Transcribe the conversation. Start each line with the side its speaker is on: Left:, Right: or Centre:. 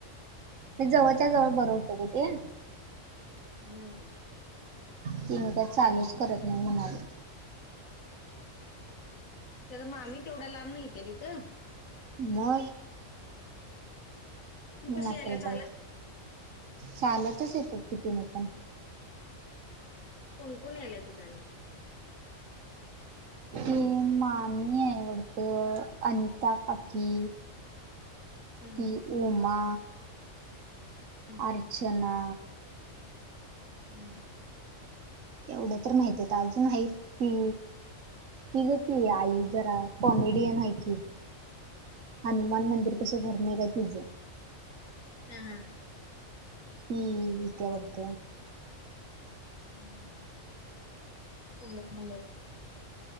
Right: म जवळच्या जवळ बरं होत ग ते.
Left: हम्म.
Right: ति मी काय चालूच करत नाही म्हणाले.
Left: त्या मामी तेवढा लांबन इत्या तिथं.
Right: मग.
Left: तू
Right: मनाात्र
Left: कशी यायला चालत
Right: बाई चालतच येतात कितीने पण.
Left: कोणकण याल्या तिथनी.
Right: ते मामी आहे आवडतं अनिता काकी.
Left: हम्म
Right: ती उमा
Left: हम्म
Right: अर्चना,
Left: हम्म.
Right: एवढं तर माहिती अजून हाय ती. ति ग ती आई जरा कॉमेडियन आहे ती. हनुमान मंदिर पशी घर नाही का तिचं.
Left: हम हम.
Right: ती यीत्या वाढत.
Left: ह् सबर नंबर.